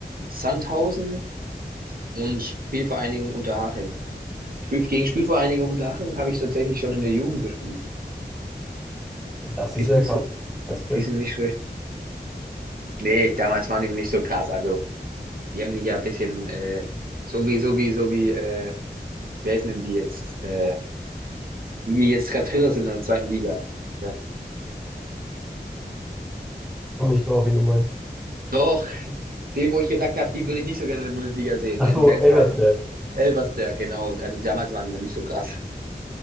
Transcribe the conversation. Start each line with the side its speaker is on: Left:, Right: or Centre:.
Right: Sandhausen und Spielvereinigung Unterhaching. Spiel, gegen Spielvereinigung Unterhaching habe ich tatsächlich schon in der Jugend gespielt.
Centre: Und Das ist
Right: Die sind
Centre: sehr
Right: nicht
Centre: krass.
Right: so,
Centre: Respekt.
Right: die sind nicht schlecht. Nee, damals waren die nicht so krass. Also, die haben sich ja ein bisschen, äh, so wie, so wie, so wie, äh, wer ist denn die jetzt? Äh, die, die jetzt gerade Dritter sind in der zweiten Liga. Dann.
Centre: Ich komme nicht drauf, wen du meinst.
Right: Doch, dem, wo ich gesagt habe, die würde ich nicht so gerne in der Bundesliga sehen,
Centre: Ach
Right: weil
Centre: so,
Right: die kleinen
Centre: Elversberg.
Right: Stadien. Elversberg, genau. Also damals waren die noch nicht so krass.